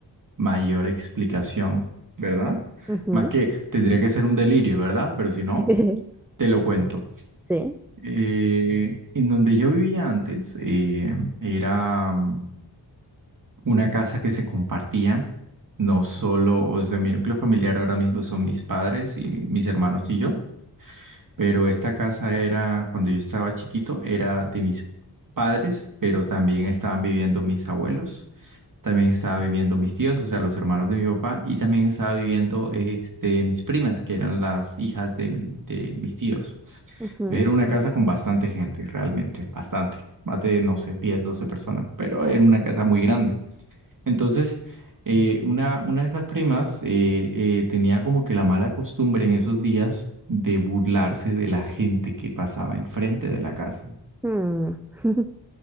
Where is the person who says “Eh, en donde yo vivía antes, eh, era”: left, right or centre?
Right